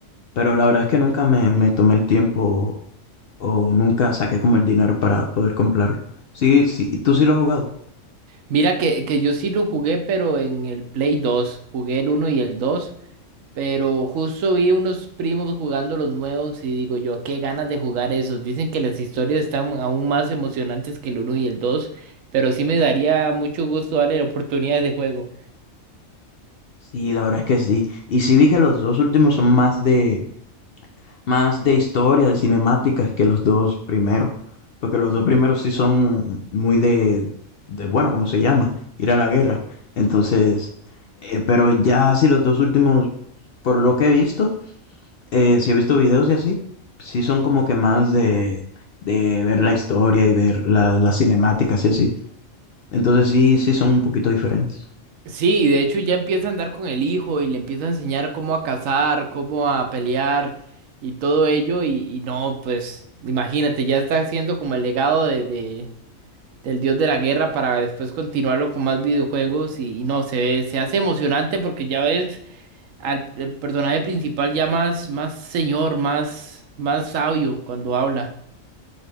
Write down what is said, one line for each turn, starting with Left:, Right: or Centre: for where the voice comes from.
Left: pero la verdad es que nunca me, me tomé el tiempo o nunca saqué como el dinero para poder comprarlo. Sí, sí, ¿tú sí lo has jugado?
Right: Mira que, que yo sí lo jugué, pero en el Play 2. Jugué el uno y el 2, pero justo vi unos primos jugando los nuevos y digo yo, qué ganas de jugar esos. Dicen que las historias están aún más emocionantes que el uno y el 2, pero sí me daría mucho gusto darle la oportunidad de juego.
Left: Sí, la verdad es que sí. Y sí vi que los dos últimos son más de, más de historia, de cinemáticas que los dos primeros. Porque los dos primeros sí son muy de, de bueno, ¿cómo se llama? Ir a la guerra. Entonces, eh, pero ya sí los dos últimos, por lo que he visto, eh, si he visto videos y así, sí son como que más de, de ver la historia y ver la- las cinemáticas y así. Entonces sí, sí son un poquito diferentes.
Right: Sí, de hecho ya empieza a andar con el hijo y le empieza a enseñar cómo a cazar, cómo a pelear y todo ello. Y, y no, pues imagínate, ya está haciendo como el legado de, de- del dios de la guerra para después continuarlo con más videojuegos. Y, y no, se ve, se hace emocionante porque ya ves al el personaje principal ya más, más señor, más, más sabio cuando habla.